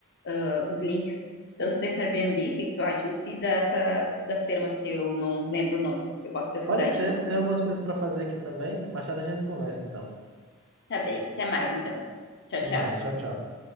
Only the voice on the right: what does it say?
Pode
ser,
tem algumas coisas para fazer aqui também. Mais tarde a gente conversa então.
Até
mais, tchau, tchau.